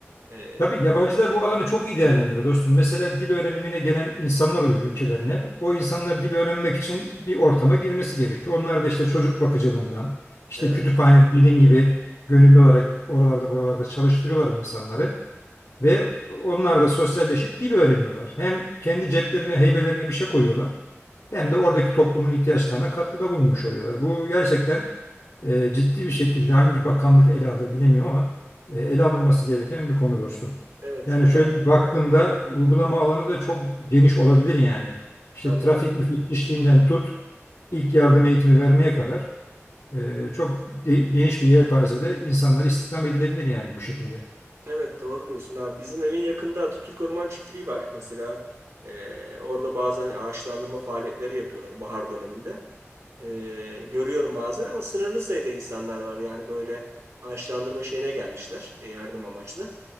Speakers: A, on the right; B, on the left.
A: E,
B: Tabii yabancılar bu alanı çok iyi değerlendiriyor dostum. Mesela dil öğrenimine gelen insanlar oluyor ülkelerine. O insanlar dil öğrenmek için bir ortama girmesi gerekiyor. Onlar da işte çocuk bakıcılığından, işte
A: evet.
B: kütüphane dediğin gibi gönüllü olarak oralarda buralarda çalıştırıyorlar bu insanları. Ve onlar da sosyalleşip dil öğreniyorlar. Hem kendi ceplerine, heybelerine bir şey koyuyorlar. Hem de oradaki toplumun ihtiyaçlarına katkıda bulunmuş oluyorlar. Bu gerçekten e, ciddi bir şekilde hangi bakanlık ele alır bilemiyorum ama e, ele alınması gereken bir konu dostum.
A: Evet
B: Yani
A: yani
B: şöyle baktığımda uygulama alanı da çok geniş olabilir yani. İşte
A: tabii
B: trafik
A: ki.
B: müfettişliğinden tut, ilk yardım eğitimi vermeye kadar e, çok de- geniş bir yelpazede insanlar istihdam edilebilir yani bu şekilde.
A: Evet doğru diyorsun abi. Bizim evin yakında Atatürk Orman Çiftliği var. Mesela e, orada bazen ağaçlandırma faaliyetleri yapıyorlar bahar döneminde. E, görüyorum bazen ama sınırlı sayıda insanlar var. Yani böyle ağaçlandırma şeyine gelmişler e, yardım amaçlı.